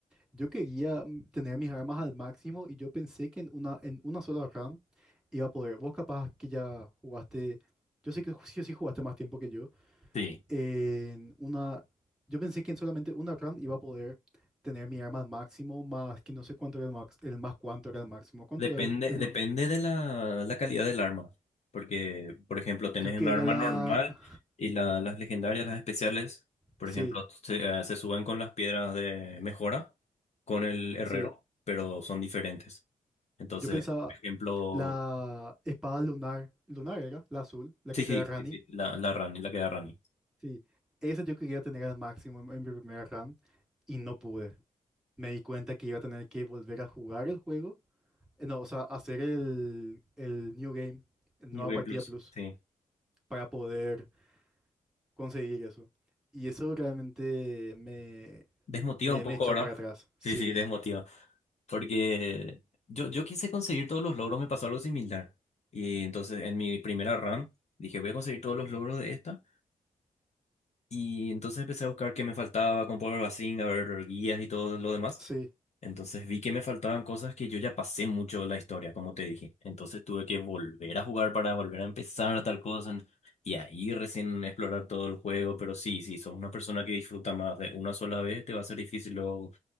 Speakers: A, in the centre; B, on the left.
A: Yo quería mm, tener mis armas al máximo y yo pensé que en una, en una sola RAM iba a poder. Vos capaz que ya jugaste, yo sé que ju- sí o sí jugaste más tiempo que yo.
B: Sí.
A: En una, yo pensé que en solamente una RAM iba a poder tener mi arma al máximo, más que no sé cuánto era el max, el más cuánto era el máximo. ¿Cuánto
B: Depende,
A: era el, el más?
B: depende de la, la calidad del arma. Porque, por ejemplo, tenés
A: Creo que
B: un arma
A: era la...
B: normal y la- las legendarias, las especiales, por
A: Sí,
B: ejemplo, se, eh, se suben con las piedras de mejora, con el herrero,
A: sí.
B: pero son diferentes. Entonces,
A: Yo pensaba
B: por ejemplo,
A: la espada lunar, lunar era, la azul, la
B: sí,
A: que te
B: sí,
A: da Rani.
B: sí, sí, la, la Rani, la que da Rani.
A: Sí, esa yo quería tener al máximo en en mi primera RAM. y no pude. Me di cuenta que iba a tener que volver a jugar el juego, eh, no, o sea, hacer el, el New Game, el
B: Por
A: Nueva
B: ejemplo,
A: Partida Plus,
B: sí.
A: para poder conseguir eso. Y eso realmente me,
B: Desmotiva
A: me,
B: un poco,
A: me echó
B: ¿verdad?
A: para atrás. Sí,
B: Sí, sí, desmotiva. Porque yo, yo quise conseguir todos los logros, me pasó algo similar. Y entonces en mi primera run dije, voy a conseguir todos los logros de esta. Y entonces empecé a buscar qué me faltaba, con Power Basing, a ver guías y todo lo demás.
A: sí,
B: Entonces vi que me faltaban cosas que yo ya pasé mucho la historia, como te dije. Entonces tuve que volver a jugar para volver a empezar a tal cosa. Y ahí recién explorar todo el juego. Pero sí, si sos una persona que disfruta más de una sola vez, te va a ser difícil luego